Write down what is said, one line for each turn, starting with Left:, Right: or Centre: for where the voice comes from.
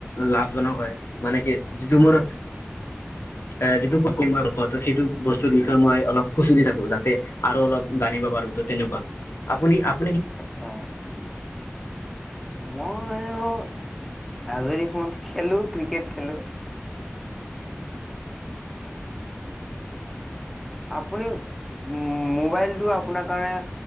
Left: লাভজনক হয়, মানে কি যিটো মোৰ এ, যিটো মই <unintelligible> সেইটো বস্তুৰ বিষয়ে মই অলপ খুচৰি থাকো যাতে আৰু অলপ জানিব পাৰোঁ ত তেনেকুৱা, আপুনি আপ
Centre: আচ্ছা। মইও আজৰি সময়ত খেলো ক্ৰিকেট খেলো। আপুনি উ' মোবাইলটো আপোনাৰ কাৰণে